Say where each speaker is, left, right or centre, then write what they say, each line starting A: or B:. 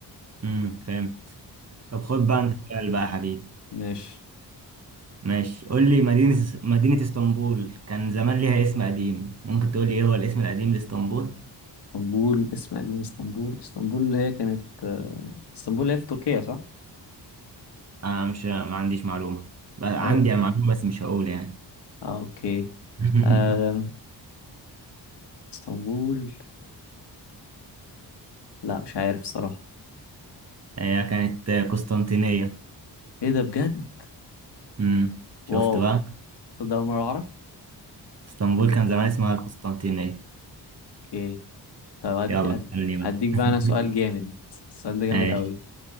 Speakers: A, on the right; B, on the left.
A: امم فاهم طب خد بقى انت سؤال بقى يا حبيبي
B: ماشي
A: ماشي قول لي مدينة مدينة اسطنبول كان زمان ليها اسم قديم ممكن تقول لي ايه هو الاسم القديم لاسطنبول
B: اسطنبول اسم قديم اسطنبول اسطنبول اللي هي كانت آه، اسطنبول اللي هي في تركيا صح؟
A: آه مش ما عنديش معلومة بقى
B: ايوه
A: عندي معلومة بس مش هقول يعني
B: آه اوكي
A: <laughs>
B: آه اسطنبول لا مش عارف صراحة
A: هي كانت قسطنطينية
B: ايه ده بجد؟
A: امم شفت
B: واو
A: بقى
B: تصدق أول مرة أعرف؟
A: اسطنبول كان زمان اسمها القسطنطينية
B: اوكي طب أدي
A: يلا
B: أدي
A: اسألني بقى
B: أديك بقى
A: <laughs>
B: أنا سؤال جامد السؤال ده جامد
A: ماشي
B: قوي